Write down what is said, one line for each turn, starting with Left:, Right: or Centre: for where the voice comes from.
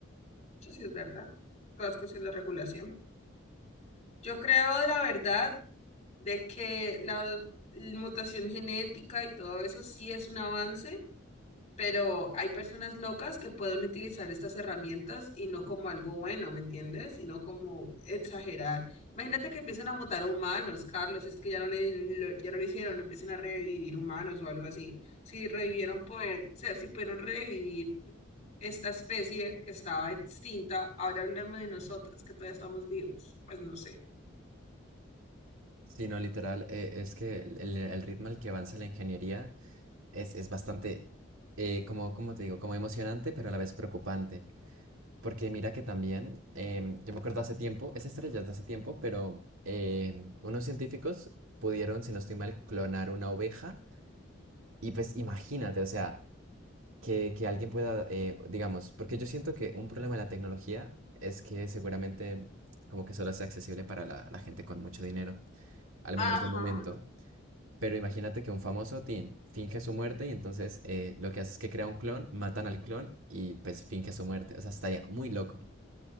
Left: Eso sí es verdad. Todas cuestión de regulación. Yo creo, la verdad, de que la mutación genética y todo eso sí es un avance, pero hay personas locas que pueden utilizar estas herramientas y no como algo bueno, ¿me entiendes? Sino como exagerar. Imagínate que empiecen a mutar humanos, Carlos, es que ya no le, lo- ya no lo hicieron, empiecen a revivir humanos o algo así. Si revivieron poder, o sea, si pudieron revivir esta especie que estaba extinta, ahora hablemos de nosotros que todavía estamos vivos, pues no sé.
Right: sino literal, eh, es que el, el ritmo al que avanza la ingeniería es, es bastante, eh, como, como te digo, como emocionante, pero a la vez preocupante. Porque mira que también, em, yo me acuerdo hace tiempo, esa historia ya es de hace tiempo, pero em, unos científicos pudieron, si no estoy mal, clonar una oveja. Y pues imagínate, o sea, que, que alguien pueda, eh, digamos, porque yo siento que un problema de la tecnología es que seguramente como que solo sea accesible para la, la gente con mucho dinero, al
Left: Ajá,
Right: menos de momento. Pero imagínate que un famoso teen finge su muerte y entonces eh, lo que hace es que crea un clon, matan al clon y pues finge su muerte. O sea, estaría muy loco.